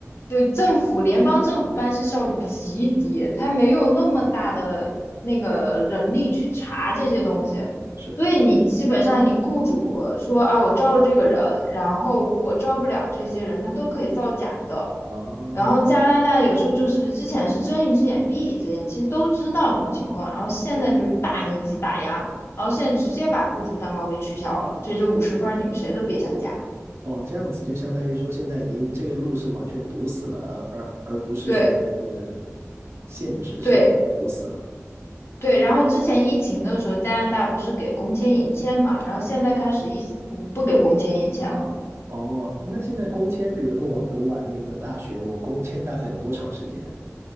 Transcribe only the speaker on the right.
是，
哦，
对，
哦，这样子就相当于说现在已经这个路是完全堵死了，而而而不是说是
限制，是完全堵死了。
哦，那现在工签，比如说我读完那个大学，我工签大概有多长时间？